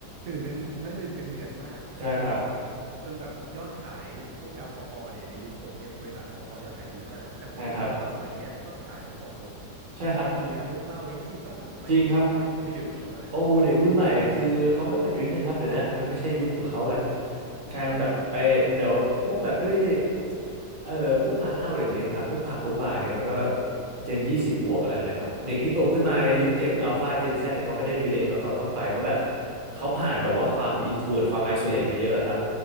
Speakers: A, on the right; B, on the right.
A: ดื่มกันแล้วดื่มกันเดือดมากจนแบบ
B: ใช่ครับ
A: จนแบบยอดขายพวกแอลกอฮอล์เนี่ยในยุคผมเนี่ยบริษัทแอลกอฮอล์ยอดขายดีมากแต่ผมได้ยินมาว่าสมัยเนี้ยยอดขายมันตกลง
B: ใช่ครับใช่ครับ
A: ทั้งเบียร์พวกเหล้าอะไรเลยจริงป่ะมันทำไมเด็กรุ่นใหม่เขาไม่ดื่มเหรอหรือว่าอะไร
B: จริงครับ โอ้เด็กรุ่นใหม่คือเขาไม่ค่อยดริงกันครับเดี๋ยวนะมันไม่ใช่ยุคของเขากันการแบบไปเดี๋ยวพวกแบบด้วย
A: ก็เหรอแล้ว
B: เอ่อพวกร้านเหล้าเดี๋ยวนี้ครับพวกผับพวกบาร์เนี่ยมันก็เจนยี่สิบบวกอะไรแบบเนี้ยครับเด็กที่โตขึ้นมาในยุคเจนอัลฟาเจนแซดเนี่ยเขาไม่ได้รีเลทว่าเขาต้องไปเพราะแบบ
A: อืม
B: เขาผ่านแบบว่าความอินโทรเวิร์ตความไอโซเลตมาเยอะครับ